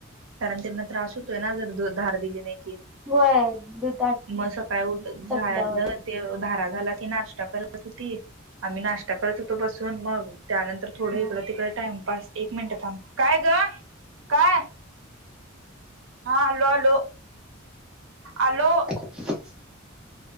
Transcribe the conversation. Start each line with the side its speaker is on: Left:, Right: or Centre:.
Right: कारण त्यांना त्रास होतोय ना जर दुध! धार दिली नाही की,
Centre: होय दुधात
Right: मग सकाळी उठ झालं
Centre: तटल्यावर
Right: ते धारा झाला की नाश्ता करतच होती. आम्ही नाश्ता करत होतो बसून मग त्यानंतर थोडं
Centre: हा.
Right: इकड तिकड टाइमपास एक मिनिट थांब काय ग काय? हा आलो आलो आलो!
Centre: <inaudible>